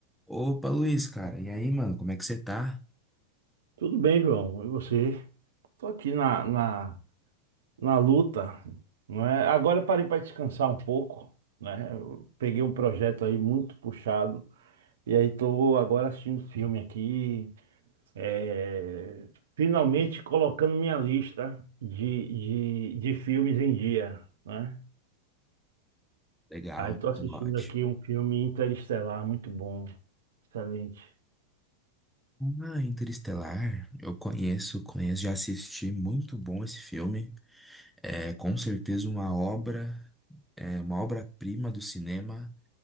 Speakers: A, in the centre; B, on the right.
A: Opa, Luiz, cara. E aí, mano, como é que você tá?
B: Tudo bem, João. E você? Tô aqui na, na, na luta, não é? Agora eu parei para descansar um pouco, né? Eu peguei um projeto aí muito puxado e aí tô agora assistindo filme aqui, é, finalmente colocando minha lista de, de, de filmes em dia, né?
A: Legal,
B: Aí tô assistindo
A: tudo ótimo.
B: aqui um filme Interestelar, muito bom, excelente,
A: Ah, Interestelar, eu conheço, conheço, já assisti, muito bom esse filme. É com certeza uma obra, é uma obra-prima do cinema,